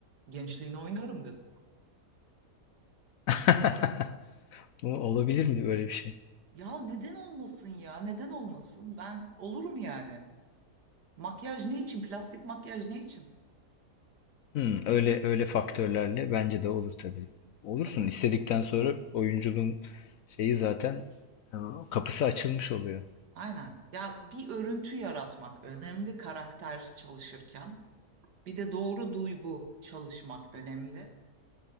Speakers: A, on the right; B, on the left.
A: gençliğini oynarım dedim.
B: <laughs> Bu olabilir mi böyle bir şey?
A: Ya neden olmasın ya neden olmasın ben olur mu yani? Makyaj ne için plastik makyaj ne için?
B: Hmm, öyle öyle faktörlerle bence de olur tabii. Olursun
A: Tabii
B: istedikten sonra oyunculuğun şeyi zaten e, kapısı açılmış oluyor.
A: aynen ya bir örüntü yaratmak önemli karakter çalışırken bir de doğru duygu çalışmak önemli.